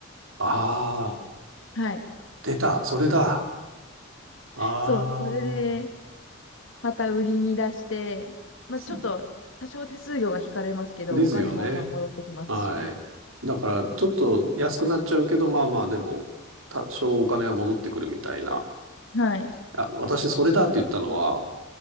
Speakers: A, on the right; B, on the left.
A: ああ、
B: はい。
A: 出た、それだ。ああ、
B: そう、それで、また売りに出して、まあ、
A: す
B: ちょっと、多少手数料が引かれますけど、
A: ですよね。
B: お金もまあ戻ってきますし。
A: はい。だから、ちょっと安くなっちゃうけど、まあまあ、でも、多少お金は戻ってくるみたいな。
B: はい。
A: あ、私、それだって言ったのは、